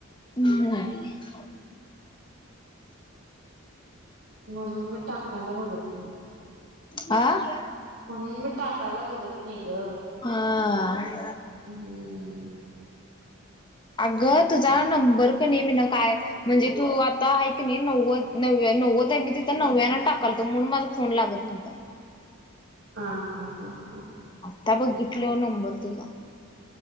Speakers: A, on the left; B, on the right.
A: हम्म,
B: म्हणून मी टाकायला बघतं नाही.
A: आं, <inaudible>
B: म्हणून मी टाकायला बघत नाही गं.
A: आ.
B: हम्म.
A: अगं तुझा नंबर कणी <inaudible> हमी ना काय म्हणजे तू आता आहे क नाही नव्वद नव्वद आहे मी तिथं नव्यानं टाकला म्हणून माझा फोन लागत नव्हता.
B: हां, हां, हां, हां.
A: आता बघितल्यावर नंबर तुझा.